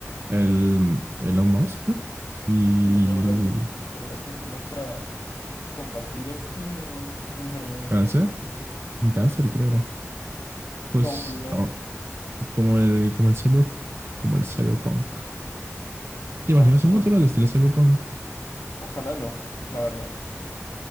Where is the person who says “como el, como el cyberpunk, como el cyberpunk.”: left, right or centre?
Right